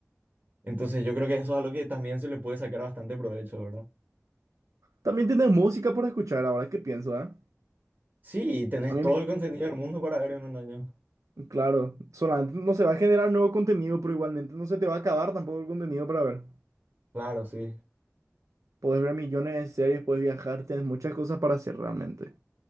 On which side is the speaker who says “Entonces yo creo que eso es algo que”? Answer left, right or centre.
Right